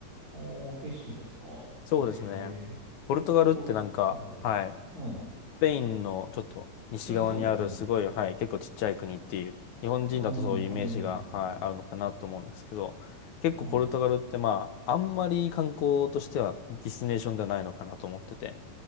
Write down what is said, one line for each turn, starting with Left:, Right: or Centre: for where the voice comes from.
Right: おー、景色ですか。
Left: そうですね。
Right: ええ、
Left: ポルトガルってなんか、
Right: ポルトガル。
Left: はい、
Right: うん。
Left: スペインのちょっと西側にあるすごい、
Right: うん、そうですね。
Left: はい、結構ちっちゃい国っていう、日本人だとそういうイメージが、
Right: うん、うん、そのイメージですね。
Left: はい、あるのかなと思うんですけど、結構ポルトガルってまあ、
Right: うん。は
Left: あんまり観光としてはディスティネーションではないのかなと思ってて。